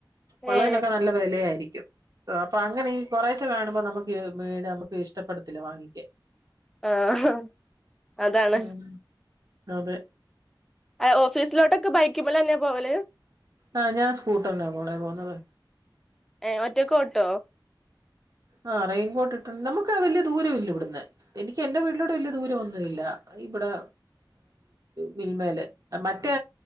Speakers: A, on the right; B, in the centre.
A: ഉള്ളതിനൊക്കെ
B: ഏ
A: നല്ല വെലയായിരിക്കും അപ്പൊ അങ്ങനെ ഈ കുറേച്ചെ കാണുമ്പോൾ നമുക്ക് ഈ മീന് നമുക്ക് ഇഷ്ടപ്പെടത്തില്ല വാങ്ങിക്കാൻ
B: ആഹാ അതാണ്
A: ഉം അതെ
B: ഏ ഓഫീസിലോട്ടൊക്കെ ബൈക്ക് മ്മെലെന്നാ പോവല്
A: ആഹ് ഞാൻ സ്ക്കൂട്ടറിനാ മോളെ പോകുന്നത്
B: ഏഹ്ഒറ്റക്ക് ഓട്ടോ
A: ആഹ് റെയിൻകോട്ട് ഇട്ടുണ്ട് നമുക്ക് വല്യ ദൂരമില്ലടന്ന് എനിക്ക് എന്റെ വീട്ടിലോട് വല്യ ദൂരം വൊന്നുമല്ല ഇവിടെ മിൽമേല് മറ്റേ